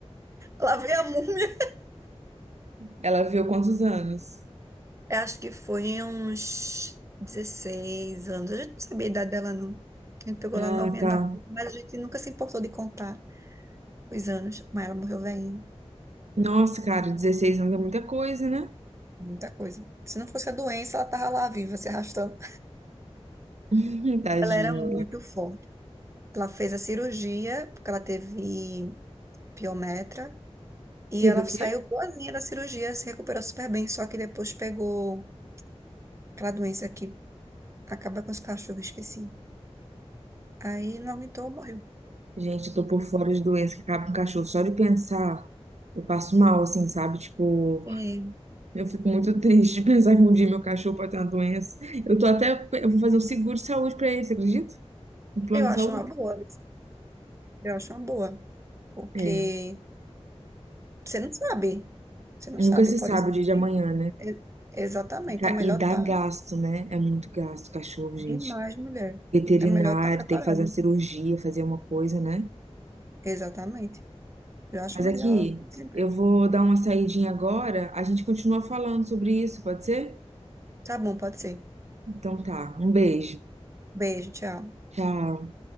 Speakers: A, on the right; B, on the right.
A: Lá veio a múmia.
B: Ela viveu quantos anos?
A: Eu acho que foi uns 16 anos. A gente não sabia a idade dela, não. A gente pegou
B: Ah,
A: lá novinha
B: tá.
A: na rua, mas a gente nunca se importou de contar os anos. Mas ela morreu velhinha.
B: Nossa, cara, dezesseis anos é muita coisa, né?
A: Muita coisa. Se não fosse a doença, ela tava lá viva, se arrastando.
B: <laughs> Tadinha.
A: Ela era muito forte. Ela fez a cirurgia, porque ela teve piometra. E
B: Teve
A: ela
B: o quê?
A: saiu boazinha da cirurgia, se recuperou super bem. Só que depois pegou aquela doença que acaba com os cachorros, esqueci. Aí não aguentou, morreu.
B: Gente, eu tô por fora de doença que acaba com o cachorro. Só de pensar, eu passo mal, assim, sabe? Tipo,
A: É,
B: Eu fico muito <laughs> triste de pensar que um dia meu cachorro pode ter uma doença. Eu tô até, eu vou fazer um seguro de saúde pra ele, você acredita? Um plano
A: eu
B: de
A: acho
B: saúde?
A: uma boa. Eu acho uma boa, porque
B: É,
A: você não sabe, você não
B: nunca
A: sabe,
B: se
A: pode
B: sabe
A: ser.
B: o dia de amanhã, né?
A: E- Exatamente,
B: E ca-
A: é melhor
B: e dá
A: estar
B: gasto, né? É muito gasto, cachorro, gente.
A: demais, mulher.
B: Veterinário,
A: É melhor estar preparado.
B: tem que fazer uma cirurgia, fazer uma coisa, né?
A: Exatamente. Eu acho
B: Mas
A: melhor
B: aqui,
A: sempre.
B: eu vou dar uma saidinha agora, a gente continua falando sobre isso, pode ser?
A: Tá bom, pode ser.
B: Então tá, um beijo.
A: Beijo, tchau.
B: Tchau.